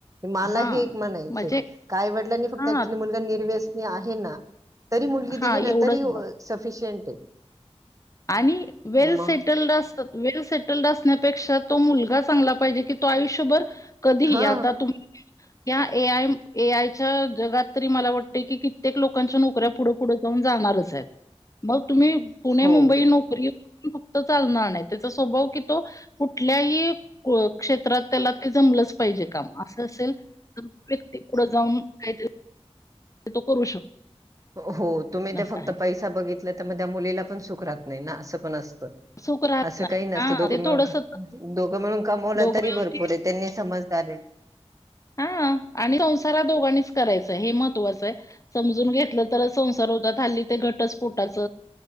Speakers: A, on the right; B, on the left.
A: मला
B: हा
A: हे एक म्हणायचं
B: म्हणजे
A: का आई वडलांनी फक्त
B: हा
A: ऍक्च्युली मुलगा निर्व्यसनी आहे ना तरी मुलगी
B: हा
A: दिली ना
B: एवढंच
A: तरी अ सफिशियंट आहे
B: आणि वेल
A: म
B: सेटल्ड अस वेल सेटल्ड असण्यापेक्षा तो मुलगा चांगला पाहिजे की तो आयुष्यभर कधी
A: हा
B: आता तुम या ए आय ए आयच्या जगात तरी मला वाटते की क प्रत्येक लोकांच्या नोकऱ्या पुढ पुढ जाऊन जाणारच आहेत मग तुम्ही पुणे
A: हो
B: मुंबई नोकरी पण फक्त चालणार नाही त्याचा स्वभाव की तो कुठल्याही कोप क्षेत्रात त्याला ते जमलंच पाहिजे काम असं असेल तर व्यक्ती पुढं जाऊन काहीतरी तो करू शकतो
A: हो तुम्ही ते
B: असं
A: फक्त
B: आहे.
A: पैसा बघितला तर मग त्या मुलीला पण सुख राहत नाही ना असं पण असतं
B: सुख राहत
A: असं
B: नाही.
A: काही नसतं
B: हां,
A: दोघं
B: ते
A: मिळून
B: थोडंसं
A: दोघं मिळून कमवल
B: दोघं
A: तरी
B: मिळून
A: भरपूर आहे त्यांनी समजदार आहेत
B: हा आणि संसार हा दोघांनीच करायच हे महत्त्वाचं आहे समजून घेतलं तर संसार होतात हल्ली ते घटस्फोटाच